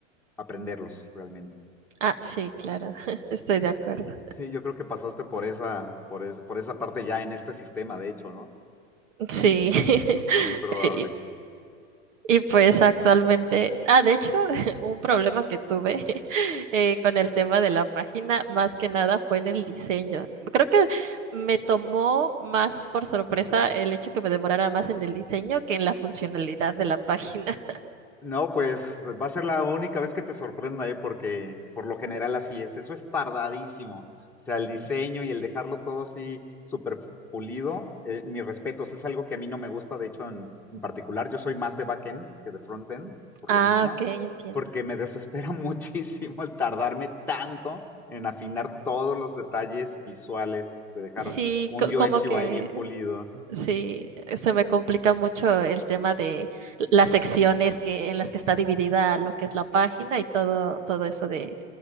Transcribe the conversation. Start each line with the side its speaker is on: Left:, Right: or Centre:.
Centre: aprenderlos realmente.
Right: Ah, sí, claro. <laughs> Estoy de acuerdo.
Centre: Sí, yo creo que pasaste por esa, por es- por esa parte ya en este sistema, de hecho, ¿no?
Right: Sí. <laughs>
Centre: Muy probable.
Right: Y, y pues actualmente, ah, de hecho, <laughs> un problema que tuve <laughs> eh, con el tema de la página, más que nada fue en el diseño. Creo que me tomó más por sorpresa el hecho que me demorara más en el diseño que en la funcionalidad de la página. <laughs>
Centre: No, pues va a ser la única vez que te sorprenda, ¿eh? Porque por lo general así es. Eso es tardadísimo. O sea, el diseño y el dejarlo todo así súper pulido, eh, mis respetos, es algo que a mí no me gusta, de hecho, en, en particular. Yo soy más de backend que de frontend, por
Right: Ah,
Centre: lo mismo,
Right: ok, entiendo.
Centre: porque me desespera <laughs> muchísimo el tardarme tanto en afinar todos los detalles visuales, de dejar
Right: Sí,
Centre: un
Right: co-
Centre: UX
Right: como que
Centre: UI bien pulido.
Right: Sí, se me complica mucho el tema de las secciones que, en las que está dividida lo que es la página y todo, todo eso de,